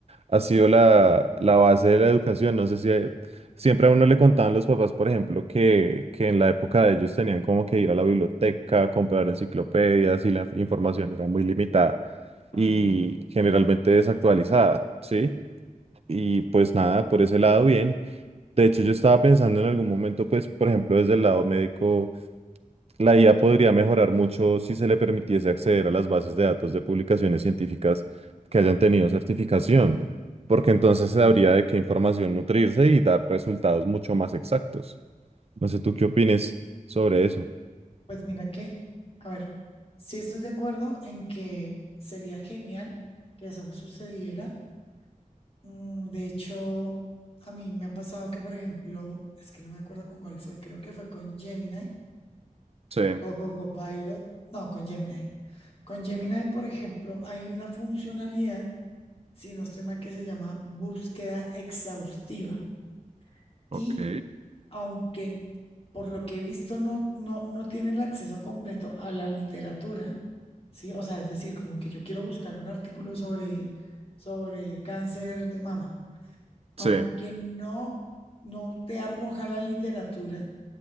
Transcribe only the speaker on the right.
ha sido la, la base de la educación. No sé si eh, siempre a uno le contaban los papás, por ejemplo, que, que en la época de ellos tenían como que ir a la biblioteca, comprar enciclopedias y la información era muy limitada
y generalmente desactualizada, ¿sí? Y pues nada, por ese lado bien, de hecho, yo estaba pensando en algún momento, pues, por ejemplo, desde el lado médico, la IA podría mejorar mucho si se le permitiese acceder a las bases de datos de publicaciones científicas que hayan tenido certificación, porque entonces se habría de qué información nutrirse y dar resultados mucho más exactos. No sé tú qué opines sobre eso.
Sí,
ok,
sí,